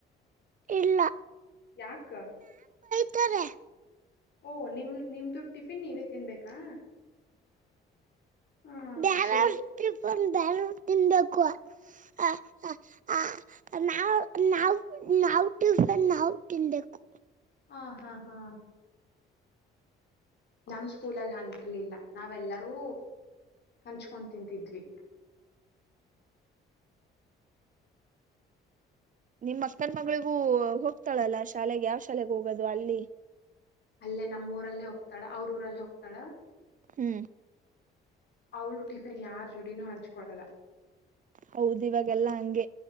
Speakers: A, on the right; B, on the left.
A: ಇಲ್ಲ
B: ಯಾಕ
A: ತ್ತರೆ
B: ಓ ನಿಮ್ ನಿಮ್ದು ಟಿಫಿನ್ ನೀವೇ ತಿನ್ಬೇಕಾ ಹ್ಮ್
A: ಾರ
B: ಶೇ
A: <unintelligible> ಒಂದು ಬೇರ್ಯಾರಾ ತಿನ್ಬೇಕು ಹಾ ಹಾ ಹಾ ನಾವ್ ನಾವ್ ನಾವು ಟಿಫನ್ ನಾವು ತಿನ್ಬೇಕು
B: ಹಾ ಹಾ ಹಾ ನಮ್ ಸ್ಕೂಲ ಅಲ್ಲಿ ಹಂಗಿರ್ಲಿಲ್ಲ ನಾವೆಲ್ಲರೂ ಹಂಚ್ಕೊ ತಿಂತಿದ್ವಿ
A: ನಿಮ್ ಅಕ್ಕನ್ ಮಗಳಿಗೂ ಹೋಗ್ತಾಳಲ್ಲ ಶಾಲೆಗೆ ಯಾವ್ ಶಾಲೆಗೆ ಹೋಗೋದು ಅಲ್ಲಿ
B: ಅಲ್ಲೇ ನಮ್ಮೂ ಊರಲ್ಲೇ ಹೋಗ್ತಾಳ ಅವ್ರ ಊರಲ್ಲ ಹೋಗ್ತಾಳ
A: ಹ್ಮ್
B: ಅವಳು ಟಿಫಿನ್ ಯಾರ್ ಜೋಡಿನೂ ಹಂಚ್ಕೊಳ್ಳಲ್ಲ
A: ಹೌದ ಇವಾಗೆಲ್ಲಾ ಹಂಗೆ